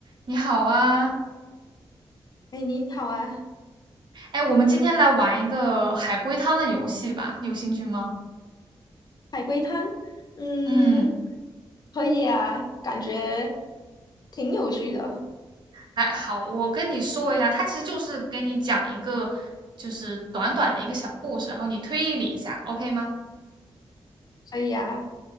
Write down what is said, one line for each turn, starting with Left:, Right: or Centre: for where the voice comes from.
Right: 你好啊，
Left: 哎，你好啊，
Right: 哎，我们今天来玩一个海龟汤的游戏吧，你有兴趣吗？
Left: 海龟汤，嗯，
Right: 嗯，
Left: 可以啊，感觉挺有趣的，
Right: 哎，好，我跟你说一下，它其实就是给你讲一个，就是短短的一个小故事，然后你推理一下，OK 吗？
Left: 可以啊，